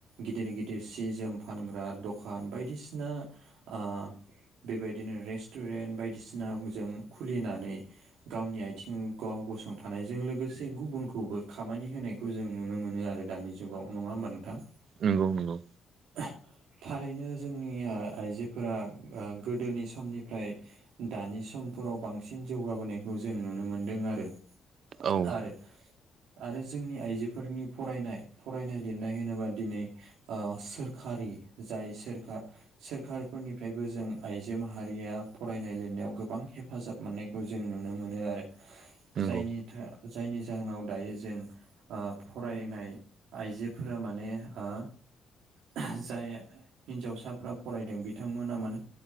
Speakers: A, on the right (about 85°); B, on the right (about 60°).
A: गिदिर गिदिर सि जोम फानग्रा दखान बायदिसिना ओ बेबायदिनो रेस्टुरेन्ट बायदिसिना जों खुलिनानै गावनि आथिं गाव गसंथानायजों लोगोसे गुबुनखौबो खामानि होनायखौ जों नुनो मोनो आरो, दानि जुगाव नङा होमबा नोंथां?
B: नंगौ नंगौ।
A: <unintelligible> थारैनो जोंनि आइजोफोरा ओ गोदोनि समनिफ्राय दानि समफोराव बांसिन जौगाबोनायखौ जों नुनो मोन्दों आरो।
B: औ।
A: आरो आरो जोंनि आइजोफोरनि फरायनाय फरायनाय लिरनाय होनोब्ला दिनै ओ सोरखारि जाय सोरखा सोरखारफोरनिफ्रायबो जों आइजो माहारिया फरायनाय लिरनायाव गोबां हेफाजाब मोननायखौ जों नुनो मोनो आरो,
B: नंगौ
A: जायनि था जायनि जाहोनाव दायो जों ओ फरायनाय आइजोफोरा माने हो जाय हिन्जावसाफ्रा फरायदों बिथांमोना माने